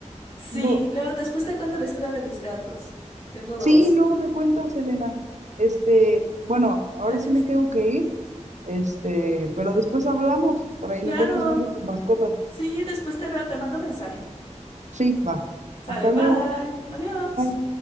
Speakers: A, on the left; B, on the right.
A: Sí,
B: no.
A: luego después te cuento la historia de mis gatos. Tengo dos.
B: Sí, luego me cuentas, Elena. Este, bueno, ahora
A: De hecho,
B: sí me
A: sí.
B: tengo que ir, este, pero después hablamos, por ahí
A: Claro.
B: me cuentas más de tus mascotas.
A: Sí, después te veo, te mando mensaje.
B: Sí, va.
A: Sale,
B: Hasta
A: bye.
B: luego.
A: Adiós.
B: Bye.